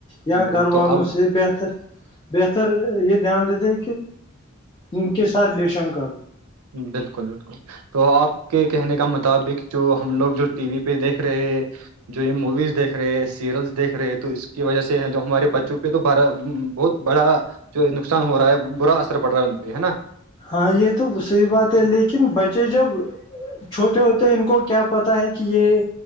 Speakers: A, on the left; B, on the right.
A: یا
B: بالکل
A: گھر
B: تو
A: والون
B: اب
A: سے بہتر بہتر یہ دھیان دیتے ان کے ساتھ لیے شنک
B: بالکل بالکل تو آپ کے کہنے کا مطابق جو ہم لوگ جو ٹی وی پہ دیکھ رہے جو یہ موویز دیکھ رہے سیریلس دیکھ رہے تو اس کی وجہ سے جو ہمارے بچوں پہ تو با بہت بڑا جو نقصان ہو رہا ہے برا اثر پڑ رہا ہے ان پہ ہے نا
A: ہاں یہ تو صحیح بات ہے لیکن بچے جب چھوٹے ہوتے ہیں ان کو کیا پتاہ ہے کہ یہ